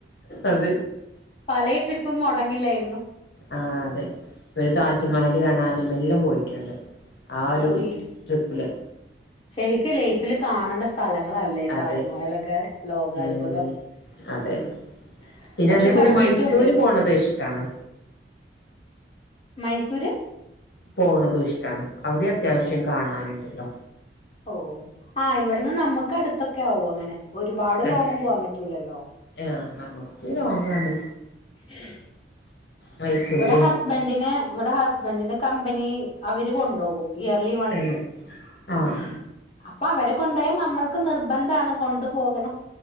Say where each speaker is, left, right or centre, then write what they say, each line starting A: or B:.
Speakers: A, on the left; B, on the left.
A: അത്
B: പല ട്രിപ്പും മുടങ്ങില്ലായിരുന്നു
A: ആ അതെ ഒരു താജ്മഹല് കാണാനും എല്ലും പോയിട്ടുണ്ട് ആ
B: പോയി
A: ഒരു ട്രിപ്പില്
B: ശരിക്കും ലൈഫില് കാണേണ്ട സ് സ്ഥലങ്ങളല്ലേ താജ്മഹലൊക്കെ
A: അതെ
B: ലോകാത്ഭുതം
A: ഉം അതെ
B: ഉം
A: പിന്നെ
B: പക്ഷെ
A: അതേപോലെ
B: ബഡ്ജറ്റും
A: മൈസൂര്
B: ഉണ്ടേ
A: പോണത് ഇഷ്ടാണോ
B: മൈസൂര്
A: പോണതും ഇഷ്ടാണ് അവിടെ അത്യാവശ്യം കാണാനുണ്ടല്ലോ
B: ഓ ആ് ഇവിടുന്ന് നമ്മുക്ക് അടുത്തൊക്കെ ആവുംും അങ്ങനെ ഒരുപാട്
A: തന്നെ
B: ലോങ്ങം പോവാൻ പറ്റൂലല്ലോ
A: ആഹ് നമുക്ക് ലോങ്ങാണ്
B: ഹഹസ്ജ്സ്ജിസ്‌ജ്
A: മൈസൂരും
B: ഇവിടെ ഹസ്ബെൻഡിന് ഇവിടെ ഹസ്ബെൻഡിന് കമ്പനി അവര് കൊണ്ടോക്കും ഇയർലി വൺസ്
A: തന്നെ ആഹ്
B: ഉ അപ്പൊ അവരെ കൊണ്ടായൽ നമ്മൾ െ നിർബന്ധണ് കൊണ്ടു പോോകണം